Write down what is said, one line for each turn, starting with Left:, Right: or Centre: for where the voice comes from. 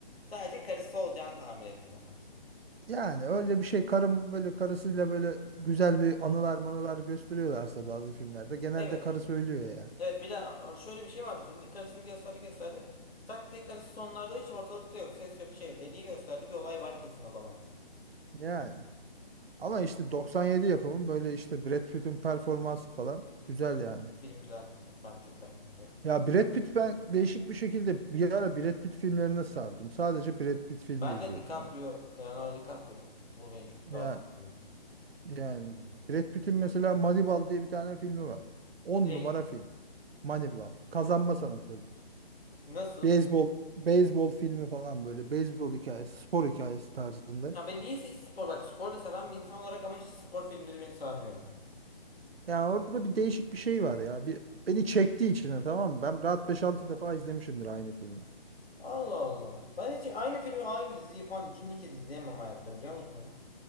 Left: Sadece karısı olacağını tahmin ettim ama.
Right: Yani öyle bir şey karım böyle karısıyla böyle güzel bir anılar manılar gösteriyorlarsa bazı filmlerde genelde
Left: Evet.
Right: karısı ölüyor ya.
Left: Evet bir de e, şöyle bir şey vardı filmde. Karısını gösterdi gösterdi. Tak diye karısı sonlarda hiç ortalıkta yok. Ses yok şey yok. Hediye gösterdi bir olay var kesin o zaman.
Right: Yani. Ama işte 97 yapımın böyle işte Brad Pitt'in performansı falan güzel
Left: Çok
Right: yani.
Left: iyi. Film güzel. Ben çok beğendim canım.
Right: Ya Brad Pitt ben değişik bir şekilde bir ara Brad Pitt filmlerine sardım. Sadece Brad Pitt filmi
Left: Ben
Right: izliyordum
Left: de DiCaprio,
Right: ben.
Left: Leonardo DiCaprio. O beni çok
Right: Ya
Left: daha sarıyor.
Right: yani Brad Pitt'in mesela Moneyball diye bir tane filmi var. on
Left: Ney?
Right: numara film. Moneyball. Kazanma sanatı.
Left: Nasıl
Right: Beyzbol, beyzbol filmi falan böyle. Beyzbol hikayesi, spor hikayesi tarzında.
Left: Ya ben niyeyse hiç spor bak spor da seven bir insan olarak ama hiç spor filmleri beni sarmıyor.
Right: Yani orada bir değişik bir şey var ya. Bir, beni çektiği içine, tamam mı? Ben rahat beş altı defa izlemişimdir aynı filmi.
Left: Allah Allah. Ben hiç aynı filmi aynı diziyi falan ikinci kez izleyemem hayatta biliyor musun?